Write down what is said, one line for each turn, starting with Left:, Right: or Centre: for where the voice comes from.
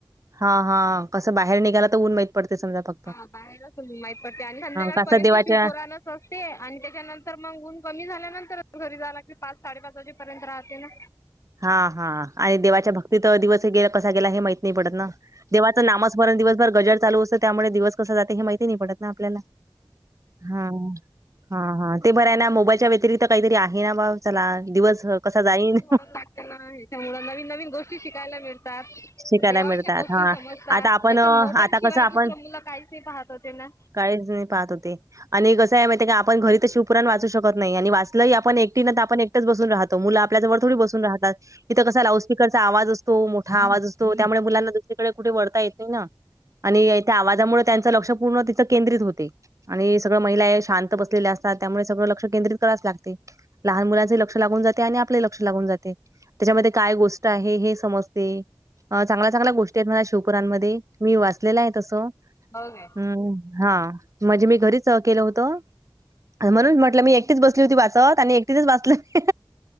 Right: हा हा कसं बाहेर निघाला तर ऊन माहित पडते समजा फ
Left: हा बाहेरच उभी आहे, माहीत पडते आणि संध्याकाळपर्यंतच
Right: कसं देवाच्या
Left: शिवपोरानं असते आणि त्याच्यानंतर मग ऊन कमी झाल्यानंतर घरी जायला लागते, पाच साडेपाच वाजेपर्यंत राहते ना.
Right: हा हा आणि देवाच्या भक्तीतीत दिवस गेला कसा गेला हे माहित नाही पडत ना देवाचं नामस. बरेच दिवसभर गजर चालू असते त्यामुळे दिवस कसा जाते हे माहिती ते नाही पडत ना आपल्याला हा हा हा ते बरय ना मोबाईलच्या व्यतिरिक्त काहीतरी आहे ना मग चला दिवस कसा जाईल
Left: त्यामुळे नवीन नवीन गोष्टी शिकायला मिळतात
Right: शिकायला
Left: देवाच्या
Right: मिळतात.
Left: गोष्टी
Right: हां.
Left: समजतात.
Right: आता आपण
Left: नाही
Right: अ,
Left: तर मोबाईल
Right: आता
Left: शिवाय
Right: कसं आपण
Left: दुसरं मुलं काहीच नाय पाहत होते ना.
Right: काहीच नाही पाहत होते. आणि कसं आहे माहितीय का आपण घरी ते शिवपुराण वाचू शकत नाही आणि वाचलंही आपण एकटीने तर आपण एकटी इथंच बसून राहतो मुलं आपल्या जवळ थोडी बसून राहतात इथं कसं लाऊड स्पिकरचा आवाज असतो मोठा आवाज असतो त्यामुळे मुलांना दुसरीकडे कुठे वळता येत नाही ना. आणि त्या आवाजामुळे त्यांचं लक्ष पूर्ण तिथं केंद्रित होते आणि सगळं महिलाया शांत तिथं बसलेले असतात त्यामुळे सगळं लक्ष केंद्रित कराच लागते, लहान मुलांचे लक्ष लागून जाते आणि आपले लक्ष लागून जाते त्याच्यामध्ये काय गोष्ट आहे हे समजते अ चांगल्या चांगल्या गोष्टी ते ना शिवपुराणमध्ये मी वाचलेलं आहे तस
Left: नो वे <unintelligible>
Right: हम्म हा म्हणजे मी घरीच केलं होतं. म्हणून म्हटलं मी एकटीच बसली होती वाचत आणि एकटीचच वाचलं मी